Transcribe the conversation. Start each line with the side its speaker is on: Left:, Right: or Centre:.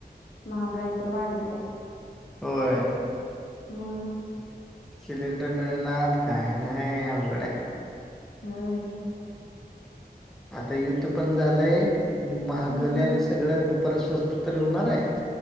Left: महागाई तर वाढल्या.
Centre: होय
Left: म
Centre: सिलेंडर मिळनात काय नाय अवघडाय.
Left: होय
Centre: आता युद्ध पण झालंय महागल्याल
Left: हम्म
Centre: सगळं परत स्वस्त तरी हुणाराय.